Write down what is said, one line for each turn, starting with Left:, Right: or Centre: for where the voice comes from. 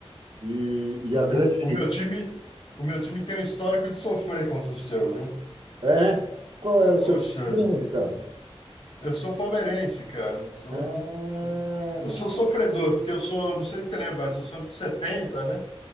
Right: e, e
Left: O,
Right: a grande.
Left: o- o meu time, o meu time tem um histórico de sofrer contra o seu, viu?
Right: É? Qual era o seu
Left: Poxa,
Right: time mesmo, Ricardo?
Left: Eu sou palmeirense, cara. Sou,
Right: Ah,
Left: sou-
Right: não.
Left: eu sou sofredor, porque eu sou, não sei se você lembra, mas eu sou de 70, né?